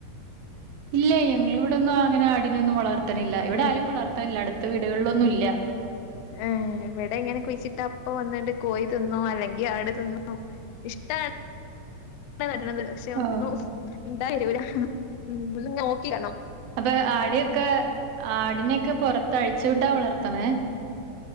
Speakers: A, on the right; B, on the left.
A: ഇല്ല ഞങ്ങളിവിടൊന്നും അങ്ങനെ ആടി നെ ഒന്നും വളർത്തണില്ല ഇവിടാരും
B: ഏഹ്
A: വളർത്തണില്ല അടുത്ത വീ കള്ളൊന്നുല്ല.
B: ഏ ഇവിടെ ഇങ്ങനെ കുയിച്ചിട്ടാ അപ്പം വന്നെൻറെ കോയി തിന്നും അല്ലേങ്കി ആട് തിന്നും ഇഷ്ട <unintelligible> പക്ഷെ ഒന്നും
A: ആഹ്
B: <unintelligible>
A: അപ്പം അവിടെയൊക്കെ ആടിനെയൊക്കെ പൊറ ത്ത് അഴിച്ച് വിട്ടാ വളർത്തണേ?